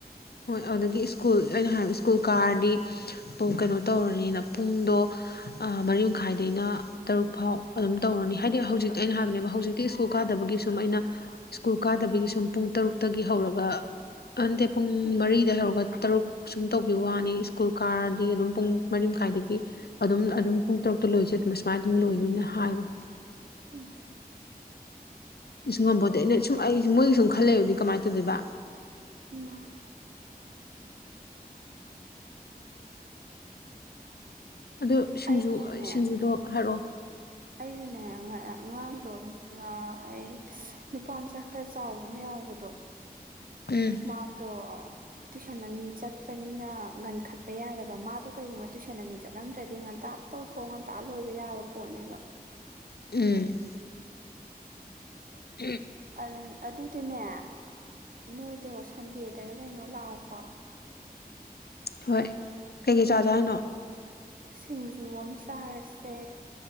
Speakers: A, on the left (about 85°); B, on the right (about 60°).
A: ꯍꯣꯏ ꯑꯗꯨꯗꯒꯤ ꯁ꯭ꯀꯨꯜ ꯑꯩꯅ ꯍꯥꯏꯔꯤꯕ ꯁ꯭ꯀꯨꯜ ꯀꯥꯔꯗꯤ ꯄꯨꯡ ꯀꯩꯅꯣ ꯇꯧꯔꯅꯤꯅ ꯄꯨꯡꯗꯣ ꯑꯥ ꯃꯔꯤꯃꯈꯥꯏꯗꯩꯅ ꯇꯔꯨꯛ ꯐꯥꯎ ꯑꯗꯨꯝ ꯇꯧꯔꯅꯤ ꯍꯥꯏꯗꯤ
B: ꯎꯝ
A: ꯍꯧꯖꯤꯛ ꯑꯩꯅ ꯍꯥꯏꯕꯅꯦꯕ ꯍꯧꯖꯤꯛꯇꯤ ꯁ꯭ꯀꯨꯜ ꯀꯥꯗꯕꯒꯤ ꯁꯨꯝ ꯑꯩꯅ ꯁ꯭ꯀꯨꯜ ꯀꯥꯗꯕꯒꯤ ꯁꯨꯝ ꯄꯨꯡ ꯇꯔꯨꯛꯇꯒꯤ ꯍꯧꯔꯒ ꯑꯟꯗ ꯄꯨꯡ
B: ꯎꯝ
A: ꯃꯔꯤꯗ ꯍꯧꯔꯒ ꯇꯔꯨꯛ ꯁꯨꯝ ꯇꯧꯕꯤꯕ ꯋꯥꯅꯤ ꯁ꯭ꯀꯨꯜ ꯀꯥꯔꯗꯤ ꯑꯗꯨꯝ ꯄꯨꯡ ꯃꯔꯤ ꯃꯈꯥꯏꯗꯒꯤ ꯑꯗꯨꯝ ꯑꯗꯨꯝ ꯄꯨꯡ ꯇꯔꯨꯛꯇ ꯂꯣꯏꯁꯦ ꯑꯗꯨꯝ ꯑꯁꯨꯃꯥꯏꯅ ꯑꯗꯨꯝ ꯂꯣꯏꯅꯤꯅ ꯍꯥꯏꯕ
B: ꯎꯝ
A: ꯑꯁ ꯉꯝꯝꯕꯣꯗꯤ ꯑꯩꯅ ꯁꯨꯝ ꯑꯩ ꯃꯣꯏꯒꯤ ꯁꯨꯝ ꯈꯜꯂꯕꯗꯤ ꯀꯃꯥꯏꯅ ꯇꯧꯗꯣꯏꯕ
B: ꯃꯥꯅꯦ
A: ꯑꯗꯨꯗ ꯁꯤꯡꯖꯨ
B: ꯑꯩꯁꯨꯅꯦ
A: ꯁꯤꯡꯖꯨꯗꯣ ꯍꯥꯏꯔꯛꯑꯣ
B: ꯑꯩꯁꯨꯅꯦ ꯑꯉꯥꯡꯗꯣ ꯑꯩ ꯅꯨꯄꯥ ꯃꯆꯥ ꯈꯔ ꯆꯥꯎꯕ ꯑꯃ ꯌꯥꯎꯕꯗꯣ <inaudible>
A: ꯎꯝ
B: ꯃꯥꯇꯣ ꯇꯨꯏꯁꯟ ꯑꯅꯤ ꯆꯠꯄꯅꯤꯅ ꯉꯟꯈꯠꯄ ꯌꯥꯗꯕ ꯃꯥꯗꯣ ꯀꯩꯒꯨꯝꯕ ꯇꯨꯏꯁꯟ ꯑꯅꯤ ꯆꯠꯂꯝꯗ꯭ꯔꯗꯤ ꯉꯟꯇꯥ ꯇꯧꯊꯣꯛꯑ ꯉꯟꯇꯥ ꯂꯣꯏꯕ ꯌꯥꯕ ꯄꯣꯠꯅꯦꯕ
A: ꯎꯝ ꯎꯝ
B: ꯑꯗꯨ ꯑꯗꯨꯗꯤꯅꯦ ꯅꯣꯏꯗꯣ ꯁꯟꯗꯦꯗꯔ ꯀꯩꯅꯣ ꯂꯥꯛꯎꯀꯣ
A: ꯍꯣꯏ ꯀꯩꯀꯩ ꯆꯥꯖꯦ ꯍꯥꯏꯅꯣ
B: ꯁꯤꯡꯖꯨ ꯑꯃ ꯆꯥꯔꯁꯦ